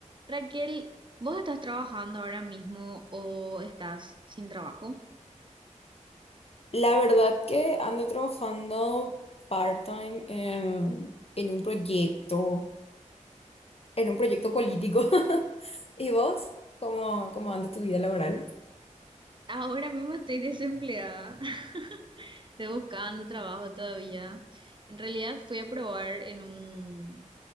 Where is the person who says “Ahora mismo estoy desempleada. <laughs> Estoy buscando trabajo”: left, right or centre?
Right